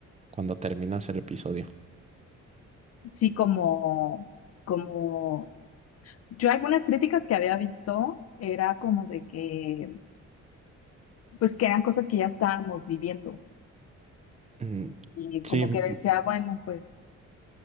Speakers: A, on the right; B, on the left.
A: cuando terminas el episodio.
B: sí, como, como, yo algunas críticas que había visto era como de que, pues que eran cosas que ya estábamos viviendo
A: Mm,
B: y como
A: sí, mm,
B: que decía, bueno, pues,